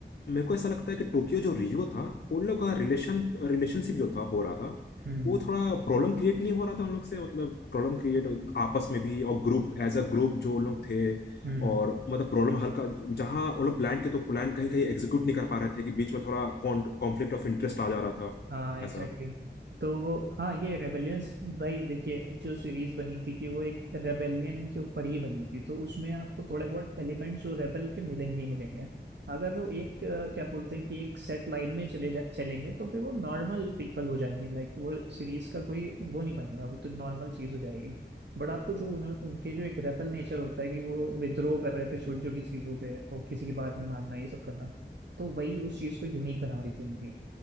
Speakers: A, on the left; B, on the right.
A: मेरे को ऐसा लगता है कि टोक्यो जो रियो था उन लोग का रिलेशन रिलेशनशिप जो था हो रहा था
B: हम्म
A: वो थोड़ा प्रॉब्लम क्रिएट नहीं हो रहा था उन लोग से मतलब प्रॉब्लम क्रिएट आपस में भी और ग्रुप एज अ ग्रुप जो उन लोग थे
B: हम्म।
A: और मतलब प्रॉब्लम हल्का जहाँ उन लोग प्लान के तो प्लान कहीं कहीं एग्जीक्यूट नहीं कर पा रहे थे कि बीच में थोड़ा कॉन्फ्लिक्ट ऑफ इंटरेस्ट आ जा रहा था
B: हाँ एग्जैक्टली
A: ऐसा
B: exactly. तो वो हाँ ये रेबेलियंस भाई देखिए जो सीरीज बनी थी कि वो एक रेबेलियन के ऊपर ही बनी थी तो उसमें आपको थोड़े बहुत एलिमेंट्स जो रेबल के मिलेंगे ही मिलेंगे अगर वो एक अ, क्या बोलते हैं कि एक सेट लाइन में चले जा चलेंगे तो फिर वो नॉर्मल पीपल हो जाएंगे लाइक वो सीरीज का कोई वो नहीं बनेगा वो तो नॉर्मल चीज हो जाएगी बट आपको जो उन्हों- उनके जो एक रेबल नेचर होता है कि वो विद्रोह कर रहे थे छोटी छोटी चीजों पे और किसी की बात नहीं मानना ये सब करना तो वही उस चीज को यूनिक बना रही थी उनकी